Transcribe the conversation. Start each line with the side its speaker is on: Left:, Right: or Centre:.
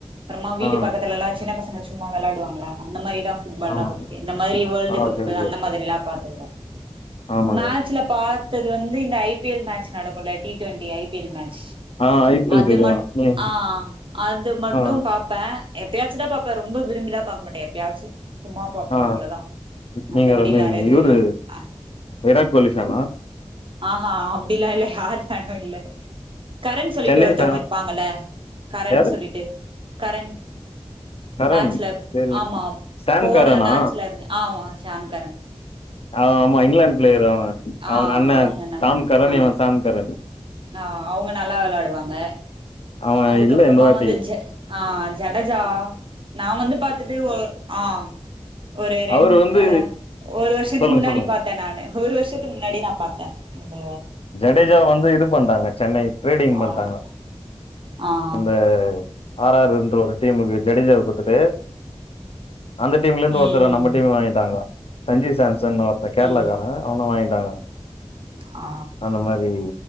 Right: அப்புறமா வீடு
Left: ஆ
Right: பக்கத்துலல்லாம் சின்ன பசங்க சும்மா விளையாடுவாங்கயில்ல அந்த மாதிரி தான் புட்பால்லாம்
Left: ஆமா
Right: பாத்திருக்கன் இந்த மாதிரி வேர்ல்டு
Left: ஆ
Right: கப்பு
Left: ஓகே ஓகே
Right: அந்த மாதிரிலாம்
Left: ஆமாங்க
Right: மேட்சல பாத்தது வந்து இந்த ஐ பி எல் மேட்ச் நடக்கும்ல T twenty I P L மேட்ச
Left: ஆ ஐ பி எல்
Right: அது
Left: தெரியு
Right: மட்டும்
Left: ம்
Right: ஆஹ் அது மட்டு
Left: ஆ
Right: பாப்பே எப் எப்பயாச்சு தா பாப்பேன் ரொம்ப விரும்பிலா பாக்கமாட்டே எப்பயாச்சு சும்மா பாப்போ
Left: ஆ
Right: அவ்ளோதா மத்தபடி
Left: நீங்க ரமேஷ்
Right: வேற தெரில
Left: இவரு
Right: ஆ
Left: விராட் கோலி ஃபேனா
Right: ஆஹா அப்டிலா இல்ல யாரு பேனோ இல்ல கரண் சொல்லிட்டு
Left: சென்னை
Right: ஒருத்தங்க
Left: ஃபேனா
Right: இருப்பாங்கல்ல கரண்
Left: யாரு
Right: சொல்லிட்டு கரண்
Left: கரண்
Right: மேட்சுல
Left: தெர்ல
Right: ஆமாம்
Left: சாம்
Right: போன
Left: கரனா
Right: மேட்சுல இருந் ஆமா சாம்கரண்
Left: ஆமா இங்கிலாந்து பிளேயர் அவன்
Right: ஆ
Left: அவுங்க அண்ண
Right: அவங்கனா
Left: தாம்கரண்
Right: ஆ
Left: இவன் சாம்கரண்
Right: ஆ அவங்க நல்லா விளையாடுவாங்க
Left: அவ
Right: அதுக்கப்பறமா
Left: இல்ல இந்த வாட்டி
Right: வந்து ஜ ஆ ஜடஜா நான் வந்து பாத்துட்டு ஒரு ஆ ஒரு ரெண்
Left: அவரு வந்து
Right: அ ஒரு வருஷத்துக்கு
Left: சொல்லுங்க
Right: முன்னாடி
Left: சொல்லுங்க
Right: பார்த்தேன் நானு ஒரு வருஷத்துக்கு முன்னாடியே நான் பார்த்தேன் இந்த
Left: டேஜாவ வந்து இது பண்றாங்க சென்னை ட்ரீடிங் பண்ட்டாங்க
Right: அவ்ளோதா ஆ
Left: அந்த ஆறாற் இருந்து ஒரு டீமுக்கு ஜடேஜாவ கொடுத்துட்டு அந்த டீம்ல இருந்து
Right: ம்
Left: ஒருத் பெற
Right: ம்
Left: நம்ம டீம்ம வாங்கிட்டாங்க சஞ்சீவ் சாம்ஸ் சன் ஒருத்த கேரளகாரே
Right: ம்
Left: அவன வாங்கிட்டாங்க
Right: ஆ
Left: அந்த மாறி